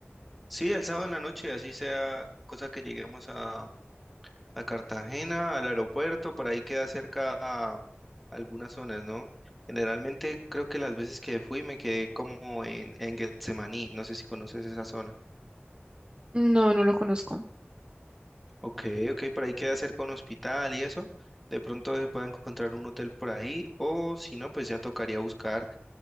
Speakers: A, in the centre; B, on the right.
A: Sí, el sábado en la noche, así sea, cosa que lleguemos a, a Cartagena, al aeropuerto, por ahí queda cerca a algunas zonas, ¿no? Generalmente creo que las veces que fui me quedé como en, en Getsemaní, no sé si conoces esa zona.
B: No, no lo conozco.
A: Ok, ok, por ahí queda cerca un hospital y eso. De pronto se puede encontrar un hotel por ahí, o si no, pues ya tocaría buscar.